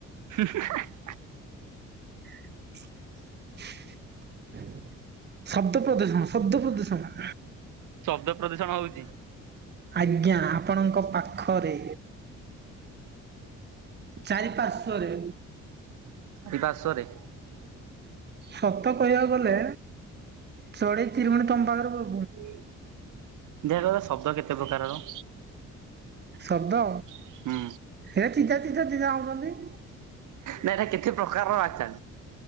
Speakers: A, on the right; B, on the right.
A: ହୁଁ ହୁଁ ହାଃ।
B: <inaudible> ଶବ୍ଦ ପ୍ରଦୂଷଣ ଶବ୍ଦ ପ୍ରଦୂଷଣ।
A: ଶବ୍ଦ ପ୍ରଦୂଷଣ ହଉଚି।
B: ଆଜ୍ଞା ଆପଣଙ୍କ ପାଖରେ ଚାରି ପାର୍ଶ୍ଵରେ
A: ଏଇ ପାର୍ଶ୍ଵରେ
B: ସତ କହିଆକୁ ଗଲେ ଚଢେଇ, ଚିରୁଗୁଣି ତମ ପାଖରେ ବ
A: ଦେଖୁଆ କହିଲ ଶବ୍ଦ କେତେ ପ୍ରକାରର?
B: ଶବ୍ଦ
A: ହୁଁ
B: ଏ ଚି ଚା, ଚି ଚା, ଚି ଚା ହଉଚ଼ନ୍ତି।
A: ନାଇଁ ଏଟା କେତେ ପ୍ରକାରର ଆଚ଼ା?